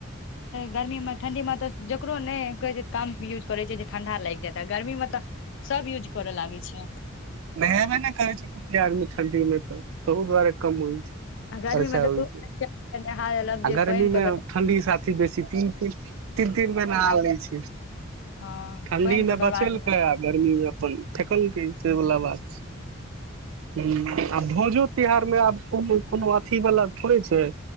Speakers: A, on the left; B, on the right.
A: ग्रमि मे ठंडी मे त जकरो नैय कहे छै कम उज करे छै जे ठण्डा लाग जाइत ग्रमी मे त स सब यूज करऽ लागै छै
B: नहेबे नैय करै छै कत्ते आदमि ठंदी मे तऽ त ओहु दुारे कम होइ छै
A: आ गर्मी
B: खर्चा
A: मे तऽ
B: होइ छै
A: नहा लेलक
B: आ
A: जे
B: गर्मी
A: पानि
B: मे
A: के
B: ठंडि साथी बेसी तीन ती तीन तीन बेर नहा ले छै
A: हँ
B: ठण्डी
A: पानि
B: मे
A: के बर्बादी
B: बचेलकै
A: मे
B: आ गर्मी मे अपन फ़ेक्लके से वला बात हू आ भोजो त्यहार मे आब कोनो कोनो अथी वला थोड़े छै